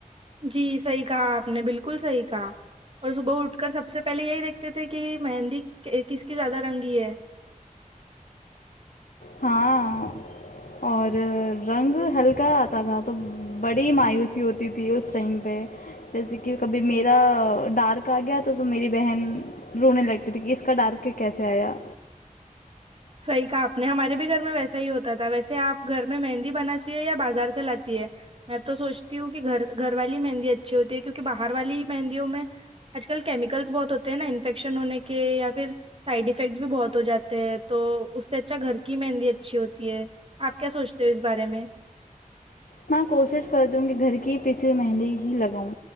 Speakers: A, on the right; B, on the left.
A: جی صحی کہا آپ نے بالکل صحیح کہا اور صبح اٹھ کر سب سے پہلے یہی دیکھتے تھے کہ مہندی کس کی زیادہ رنگی ہے
B: ہاں اور رنگ ہلکا اتا تھا تو بڑی مایوسی ہوتی تھی اس ٹائم پہ جیسے کہ کبھی میرا ڈارک ا گیا تو تم میری بہن رونے لگتی تھی اس کا ڈر کے کیسے ایا
A: صحیح کہا آپ نے ہمارے بھی گھر میں ویسا ہی ہوتا تھا ویسے آپ گھر میں مہندی بناتی ہے یا بازار سے لاتی ہے میں تو سوچتی ہوں کہ گھر گھر والی مہندی اچھی ہوتی ہے کیوںکہ باہر والی مہندیوں میں آج کل کیمیکلس بہت ہوتے ہیں نا انفیکشن ہونے کے یا پھر سائڈ افیکٹس بھی بہت ہو جاتے ہیں تو اس سے اچھا گھر کی مہندی اچھی ہوتی ہے آپ کیا سوچتے ہو اس بارے میں
B: میں کوشش کرتی ہوں کہ گھر کی پیسی ہوئی مہندی ہی لگاؤں